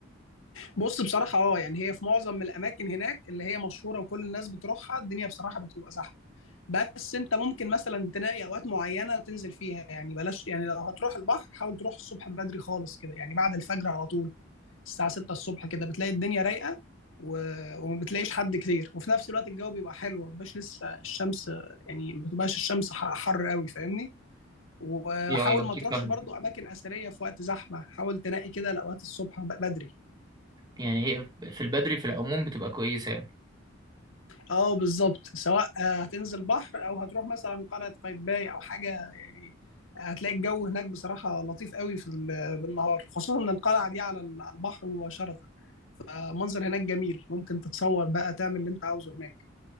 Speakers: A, on the left; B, on the right.
A: بص بصراحة اه يعني هي في معظم الأماكن هناك اللي هي مشهورة وكل الناس بتروحها الدنيا بصراحة بتبقى زحمة بس أنت ممكن مثلا تلاقي أوقات معينة تنزل فيها يعني بلاش يعني لو هتروح البحر حاول تروح الصبح بدري خالص كده يعني بعد الفجر على طول الساعة 6 الصبح كده بتلاقي الدنيا رايقة و... وما بتلاقيش حد كتير وفي نفس الوقت الجو بيبقى حلو ما بيبقاش لسه الشمس يعني ما بتبقاش الشمس ح- حر قوي فاهمني وحاول
B: يا ايوه اكيد
A: ما تروحش
B: فاهم
A: برضو أماكن أثرية في وقت زحمة حاول تنقي كده لأوقات الصبح بدري
B: يعني هي في البدري في العموم بتبقى كويسة يعني
A: اه بالظبط سواء آه، هتنزل بحر او هتروح مثلا قلعه قايتباي او حاجه يعني آه، هتلاقي الجو هناك بصراحه لطيف قوي في ال- بالنهار خصوصا ان القلعه دي على ال- على البحر مباشره آه، منظر هناك جميل ممكن تتصور بقى تعمل اللي انت عاوزه هناك